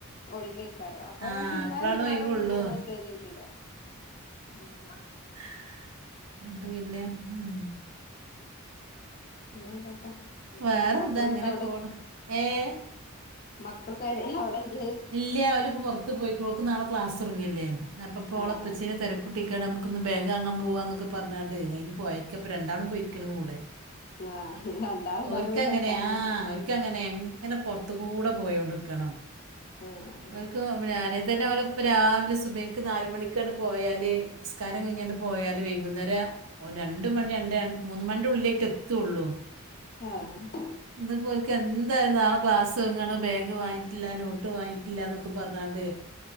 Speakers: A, on the left; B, on the right.
A: ഒഴിവേക്കാരം അപ്പൊ
B: ആ
A: ഇന്നാലും
B: അപ്പോഴാണ്
A: മിഞ്ഞാന്നൊക്കെ
B: ഒഴിവുള്ളൂ
A: ഇ ങ്ങക്ക് മെസ്സേജ് വീട്ടിലെ ഉംഹ്.
B: എ ന്നിട്ട് പിന്നെ ഉംഹ്.
A: പിന്നെ എന്തൊക്കെ
B: വേറെ
A: മക്കളൊന്നും
B: എന്താ ഇങ്ങനെ പോണ്. ഏഹ്
A: മക്കള് പെരേ ഔടെജ്
B: ഇല്ല്യ ഓല് ഇപ്പൊ പൊർത്ത് പോയിക്കുണു ഓക്ക്ന്നാളെ ക്ലാസ് തൊട്ങ്ങല്ലേ. അപ്പപ്പോളപ്പച്ചീനെ
A: ആഹ് ആഹ്
B: തെരക്ക്- <unintelligible> നമ്മക്ക്ന്ന് ബേഗാങ്ങാൻ പോവാന്നൊക്കെ പർഞ്ഞാണ്ടെ അയിന് പോയക്കപ്പൊ രണ്ടാളും പോയിക്ക്ണ് കൂടെ.
A: ആഹ് രണ്ടാള്ണ്ടാവുമ്പോ
B: ഓര്ക്കങ്ങനെ
A: പിന്നെ രണ്ടാളും
B: ആഹ് ഓർക്കങ്ങനെ എങ്ങനെ പൊർത്ത്കൂടെ പോയോണ്ട് ക്കണം.
A: ആഹ്
B: ഓര്ക്ക് അല്ലേതന്നെ ഓരപ്പ രാവിലെ സുബൈക്ക് നാല് മണിക്കാണ്ട് പോയാല്. നിസ്കാരം കഴിഞ്ഞാണ്ട് പോയാല് വൈകുന്നേരം രണ്ട് മണി രണ്ട് മൂന്ന് മണി ഉള്ളിലായ്ട്ട് എത്ത് ത്തൊള്ളൂ.
A: ആഹ് ആഹ്
B: ഇന്ന് പോ ഓൽക്ക് എന്തായാലും നാളെ ക്ലാസൊട്ങ്ങാണ് ബാഗ് വാങ്ങിട്ടില്ല, നോ. ട്ട്‌ വാങ്ങിട്ടില്ല ന്നൊക്കെ പർഞ്ഞാണ്ട്